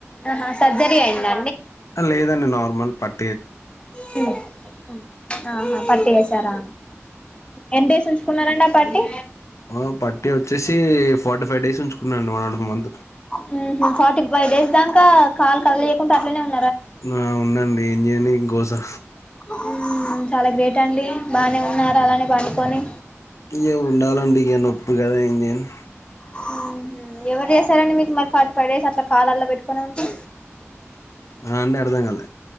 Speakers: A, on the left; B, on the left.
A: ఆహా సర్జరీ అయిందా
B: ఆ లేదండి నార్మల్ దన్
A: హ్మ్ హ్మ్ ఆహా పట్టి వేసారా ఎంత వేసేసుకున్నారండి ఆ పట్టి
B: ఆ పట్టి వచ్చేసి ఫార్టీ ఫైవ్ డేస్ ఉంచుకున్నాండి వన్ అండ్ఫ్ మంత్
A: హ్మ్ ఫార్టీ ఫైవ్ డేస్ దాకా కాలు కదలియకుండా అట్లనే ఉ
B: ఆ ఉందండి ఏం చేయను ఇంకో సా
A: హ్మ్ చాలా గ్రేట్ పెట్టండి బాగానే ఉన్నార అలానే పనుకొని
B: ఇక ఉండాలండి ఇక నొప్పి కదా ఏం చేయ్యను
A: హ్మ్ హు ఎవరు చేశారండి మీకు మరి ఫార్టీ ఫైవ్ డేస్ అట్లా కాళ్ళల పెట్టుకుని ఉంటే
B: ఆ అండి అర్ధంకాల